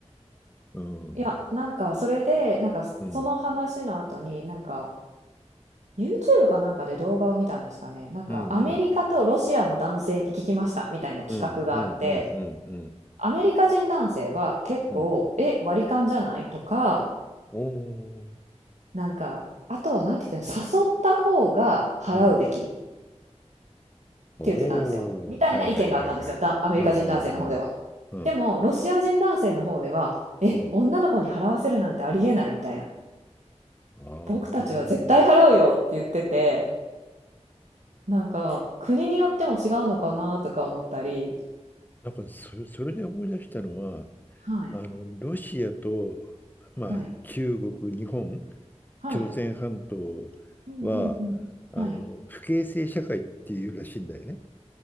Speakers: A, on the left (about 15°); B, on the right (about 80°).
A: うん、
B: いや、なんかそれで、なんかその話の後に、
A: うん、
B: なんか YouTube かなんかで動画を見たんですかね。なんかアメリカとロシアの男性に聞きましたみたいな企画があって、
A: うん、うん、うん、うん、うん、うん、
B: アメリカ人男性は結構、
A: うん、
B: え、割り勘じゃないとか、
A: おー、
B: なんか、あとはなんて言ってたの、誘った方が払うべきって
A: うん、おー、
B: 言ってたんですよ。みたいな意見があったんですよ。
A: はいはいはいはい。
B: だ、アメリカ人男性の方では。
A: うん、うん、うん、うん、
B: でも、ロシア人男性の方では、え、
A: うん、
B: 女の子に払わせるなんてありえないみたいな。
A: ああ。
B: 僕たちは絶対払うよって言ってて、なんか、国によっても違うのかなとか思ったり。
A: なんかそれ、それで思い出したのは、
B: はい、
A: あのロシアと、まあ、
B: はい、
A: 中国、日本、
B: はい。
A: 朝鮮半島はあの不形成社会っていうらしいんだよね。
B: うんうんうん。はい。